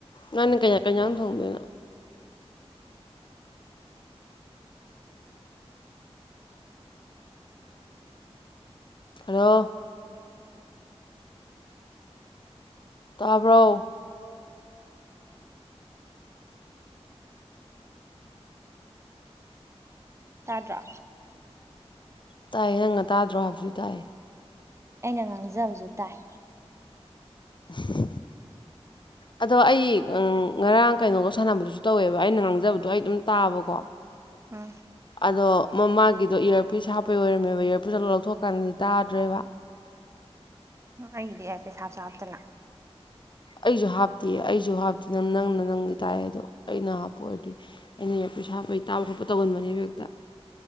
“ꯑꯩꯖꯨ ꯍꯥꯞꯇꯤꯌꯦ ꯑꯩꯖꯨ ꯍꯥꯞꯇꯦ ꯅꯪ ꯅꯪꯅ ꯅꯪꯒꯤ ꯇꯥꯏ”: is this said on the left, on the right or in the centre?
Left